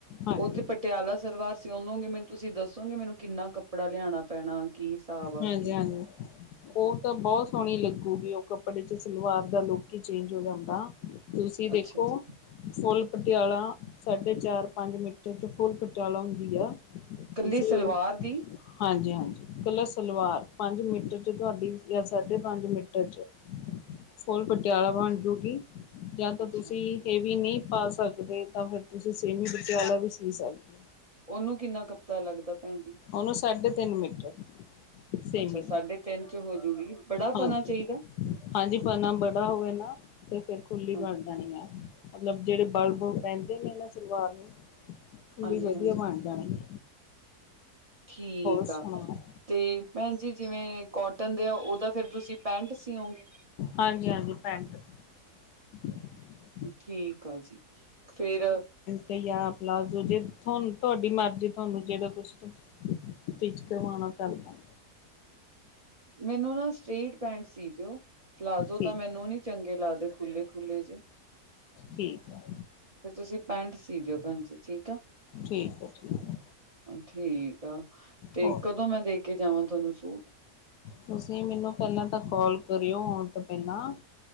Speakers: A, on the left; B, on the right.
A: ਹਾਂਜੀ
B: ਓਦੀ ਪਟਿਆਲਾ ਸਰਲਵਾਰ ਸਿਉਂਦੋਂਗੇ ਮੈਨੂੰ ਤੁਸੀਂ ਦੱਸੋਗੇ ਮੈਨੂੰ ਕਿੰਨਾ ਕੱਪੜਾ ਲਿਆਣਾ ਪੈਣਾ ਕੀ ਹਿਸਾਬ ਆ
A: ਹਾਂਜੀ-ਹਾਂਜੀ।
B: ਕੀ
A: ਉਹ ਤਾਂ ਬਹੁਤ ਸੋਹਣੀ ਲੱਗੂਗੀ ਉਹ ਕੱਪੜੇ ਚ ਸਲਵਾਰ ਦਾ ਲੁੱਕ ਈ ਚੇਂਜ ਹੋ ਜਾਂਦਾ। ਤੁਸੀਂ ਦੇਖੋ
B: ਅੱਛਾ ਜੀ,
A: ਫੁੱਲ ਪਟਿਆਲਾ ਸਾਢੇ-ਚਾਰ, ਪੰਜ ਮੀਟਰ ਚ ਫੁੱਲ ਪਟਿਆਲਾ ਹੁੰਦੀ ਆ।
B: ਕੱਲੀ
A: ਤੁਸੀਂ
B: ਸਲਵਾਰ
A: ਉਹਦੇ
B: ਦੀ
A: ਹਾਂਜੀ-ਹਾਂਜੀ ਕਲਰਸ ਸਲਵਾਰ ਪੰਜ ਮੀਟਰ ਚ ਤੁਆਡੀ ਯਾ ਸਾਢੇ-ਪੰਜ ਮੀਟਰ ਚ ਫੁੱਲ ਪਟਿਆਲਾ ਬਣ
B: ਅੱਛਾ
A: ਜੂਗੀ ਯਾ ਤਾਂ
B: ਅੱਛਾ
A: ਤੁਸੀਂ ਇਹ ਵੀ ਨਈ ਪਾ ਸਕਦੇ ਤਾਂ ਫਿਰ ਤੁਸੀਂ ਸੇਮੀ ਪਟਿਆਲਾ ਵੀ ਸੀ ਸਕਦੇ।
B: ਉਹਨੂੰ ਕਿੰਨਾ ਕੱਪੜਾ ਲੱਗਦਾ ਭੈਣ ਜੀ?
A: ਉਹਨੂੰ ਸਾਢੇ-ਤਿੰਨ ਮੀਟਰ। ਸੇਮੀ
B: ਅੱਛਾ ਸਾਢੇ-ਤਿੰਨ ਚ ਹੋਜੂਗੀ, ਬੜਾ
A: ਹਾਂਜੀ
B: ਪਨਾ ਚਾਈਦਾ।
A: ਹਾਂਜੀ ਪੰਨਾ ਬੜਾ ਹੋਵੇ ਨਾ, ਤੇ ਫਿਰ ਖੁੱਲੀ
B: ਹਾਂਜੀ
A: ਬਣ ਜਾਣੀ ਆ ਮਤਲਬ ਜਿਹੜੇ ਬਲ ਬਲ ਪੈਂਦੇ ਨੇ ਇਹਨਾਂ ਸਲਵਾਰ ਨੂੰ
B: ਹਾਂਜੀ
A: ਵੀ ਵਧੀਆ
B: ਹਾਂਜੀ
A: ਬਣ ਜਾਣੇਗੇ
B: ਠੀਕ
A: ਸੁਣਾਓ
B: ਆ, ਤੇ ਭੈਣ ਜੀ ਜਿਵੇਂ ਕੋਟਨ ਦੇ ਆ ਉਹਦਾ ਫਿਰ ਤੁਸੀਂ ਪੈਂਟ ਸੀਓਂਗੇ।
A: ਹਾਂਜੀ-ਹਾਂਜੀ, ਪੈਂਟ ਹ <inaudible>
B: ਠੀਕ ਆ ਜੀ, ਫੇਰ
A: ਤੇ ਯਾ ਪਲਾਜ਼ੋ ਜੇ ਤੁਆਨੂੰ ਤੁਆਡੀ ਮਰਜ਼ੀ ਤੁਆਨੂੰ ਜੇੜਾ ਕੁਛ ਸਟਿਚ ਕਰਵਾਣਾ ਕਰਦਾ।
B: ਮੈਨੂੰ ਨਾ ਸਟ੍ਰੇਟ ਪੈਂਟ ਸੀ ਦਿਓ ਪਲਾਜ਼ੋ
A: ਠੀਕ
B: ਤਾਂ ਮੈਨੂੰ
A: ਹੈ
B: ਨੀ ਚੰਗੇ ਲੱਗਦੇ ਖੁੱਲੇ-ਖੁੱਲੇ ਜੇ।
A: ਠੀਕ ਹੈ
B: ਫਿਰ ਤੁਸੀਂ ਪੈਂਟ ਸੀ ਦਿਓ, ਭੈਣ ਜੀ ਠੀਕ ਆ
A: ਠੀਕ ਹੈ ਠੀਕ ਹੈ
B: ਠੀਕ ਆ ਤੇ
A: ਹੋਰ
B: ਕਦੋਂ ਮੈਂ ਦੇ ਕੇ ਜਾਵਾਂ ਤੁਹਾਨੂੰ ਸੂਟ
A: ਤੁਸੀਂ ਮੈਨੂੰ ਪਹਿਲਾਂ ਤਾਂ ਕਾਲ ਕਰਿਓ ਆਉਣ ਤੋਂ ਪਹਿਲਾਂ